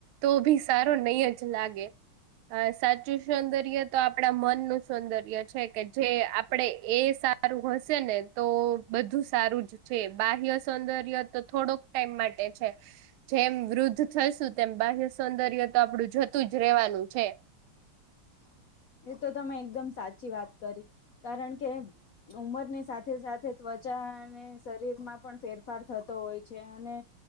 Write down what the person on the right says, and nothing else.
તો ભી સારો નહી જ લાગે. હ સાચું સૌંદર્ય તો આપડા મનનુંું સૌંદર્ય છે કે જે આપડે એ સારું હશે ને. તો બધું સારું જ છે બાહ્ય સૌંદર્ય તો થોડોક ટાઈમ માટે છે. જેમ વૃદ્ધ થશું તેમ બાહ્ય સૌંદર્ય તો આપડું જતું જ રેવાનું છે.